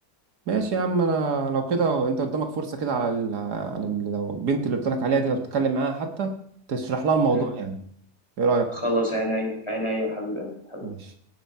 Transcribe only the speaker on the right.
ماشي يا عم انا لو كده انت قدامك فرصه كده على ال... عن ال... لو البنت اللي قلت لك عليها دي لو تتكلم معاها حتى تشرح لها الموضوع
يعني ايه رايك
ماشي